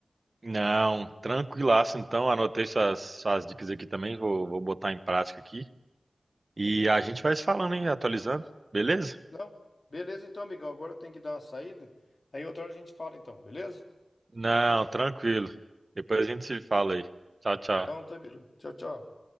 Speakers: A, on the right (about 45°); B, on the left (about 60°).
A: Não, tranquilaço, então. Anotei suas, suas dicas aqui também, vou, vou botar em prática aqui. E a gente vai se falando, hein? Atualizando, beleza?
B: Não? Beleza, então, amigão. Agora eu tenho que dar uma saída. Aí outra hora a gente fala, então, beleza?
A: Não, tranquilo. Depois a gente se fala aí. Tchau, tchau.
B: Então, tá, beleza. Tchau, tchau.